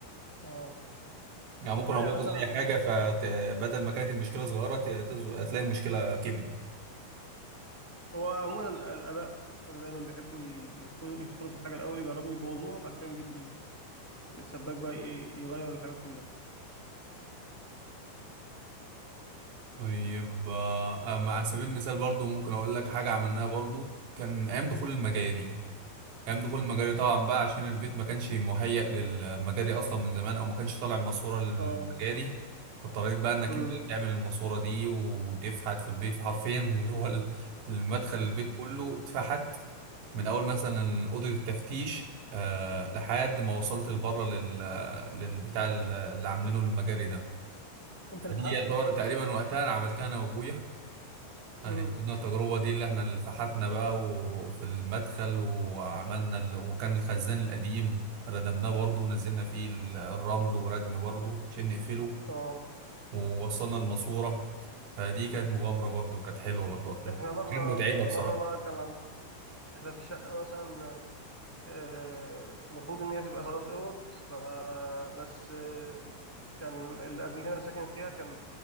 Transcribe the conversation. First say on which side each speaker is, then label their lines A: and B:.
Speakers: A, in the centre; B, on the right.
A: اه
B: يعني ممكن
A: لا
B: ابوظ
A: يعني مثلا
B: اي
A: عندنا
B: حاجه فبدل ما كانت المشكله صغيره ت- تز- هتلاقي المشكله كبرت
A: هو عموما ال- الاباء دايما بيحبوا ي- يدخلوا يدخلوا في الحاجه الاول يجربوا يبوظوها وبعد كده نجيب ال- السباك بقى ي- يغير الحاجات كلها
B: طيب آه، أما على سبيل المثال برضو ممكن أقول لك حاجة عملناها برضو كان أيام دخول المجاري أيام دخول المجاري طبعا بقى عشان البيت ما كانش مهيأ للمجاري أصلا من زمان أو ما كانش طالع ماسورة للمجاري
A: اه
B: فاضطريت بقى إنك
A: امم
B: أنت اللي تعمل الماسورة دي وتفحت في البيت حرفيا اللي هو ال- المدخل البيت كله اتفحت من أول مثلا أوضة التفتيش آه لحد ما وصلت لبره لل للبتاع اللي عاملينه للمجاري ده
A: انت
B: فدي
A: اللي فحت
B: يعتبر تقريبا وقتها أنا عملتها أنا وأبويا يعني
A: امم
B: كنا التجربة دي اللي احنا اللي فحتنا بقى وفي المدخل وعملنا ال... وكان الخزان القديم ردمناه برضه ونزلنا فيه ال- الرمل وردم برضه عشان نقفله
A: اه
B: ووصلنا الماسورة فدي كانت مغامرة برضه كانت حلوة برضه وقتها
A: احنا مره
B: كانت متعبة بصراحة
A: مره بقى كان عند... احنا في الشقه مثلا آه، المفروض ان هي تبقى ثلاث اوض فبس آه، كان اللي قبلنا ساكن فيها كان